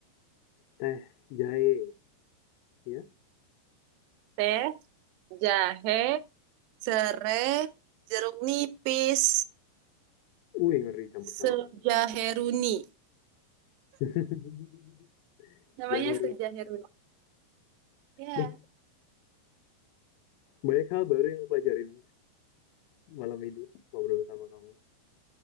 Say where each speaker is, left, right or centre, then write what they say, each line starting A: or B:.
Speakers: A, on the left; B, on the right.
A: teh jahe, ya?
B: teh, jahe, serai, jeruk nipis,
A: Wih, ngeri campur-campur
B: sejaheruni.
A: tuh. <laughs>
B: Namanya
A: Jahe ru
B: sejaheruni. Ya,
A: eh, banyak hal baru yang aku pelajarin. malam ini ngobrol sama kamu.